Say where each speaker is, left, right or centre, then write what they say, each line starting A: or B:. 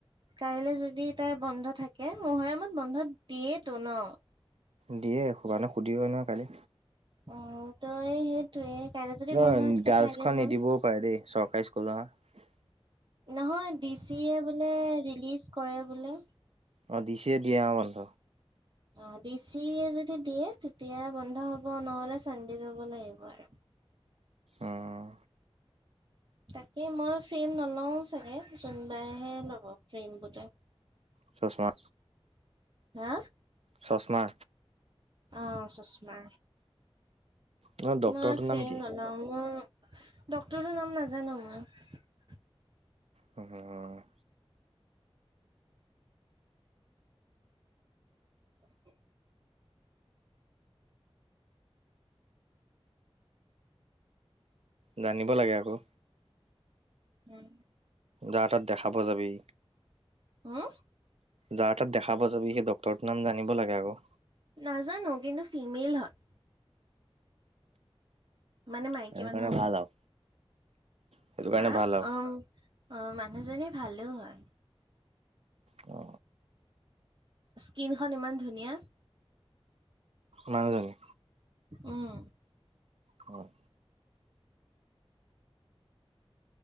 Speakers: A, on the right (about 50°); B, on the right (about 80°).
A: কাইলৈ যদি তাৰ বন্ধ থাকে মহৰমত বন্ধ দিয়েই তো ন
B: দিয়েবানে সুধি হয় নহয় কালি
A: অ ত এই সেইটোয়ে কাইলৈ যদি
B: ন
A: বন্ধ হয় তেতিয়া
B: গাৰ্লচখন
A: কাইলে যাম।
B: নিদিবও পাৰে দেই চৰকাৰী স্কুলৰ হ
A: নহয় ডিচিয়ে বোলে ৰিলিজ কৰে বোলে
B: অ ডিচিয়ে দিয়ে বন্ধ
A: অ ডিচিয়ে‌ যদি দিয়ে তেতিয়া বন্ধ হ'ব নহ'লে চানডে যাব লাগিব আৰু
B: আহ
A: তাকে মই ফ্ৰেম নলওঁ চাগে যোনবাইহে ল'ব ফ্ৰেম গোটা
B: চচমা
A: হা
B: চশমা
A: অ চচমা
B: ন ডক্তৰটোৰ
A: মই ফ্ৰে
B: নাম কি
A: হল মই ডক্তৰৰ নাম নাজানো মই
B: হম
A: অ
B: জানিব লাগে আকৌ
A: উম
B: যাৰ তাত দেখাব যাবি
A: হ
B: যাৰ তাত দেখা প যাবি সেই ডক্টৰটোৰ নাম জানিব লাগে আকৌ
A: নাজানো কিন্তু ফিমেইল হয় মানে মাইকী
B: সেইটো
A: মানুহ
B: কাৰণে ভাল আৰু সেইটো
A: হা
B: কাৰণে ভাল আৰু
A: উ আহ মানুহজনী ভালেও হয়
B: অ
A: স্কীণখন ইমান ধুনীয়া
B: মানাজানে
A: উম
B: হয়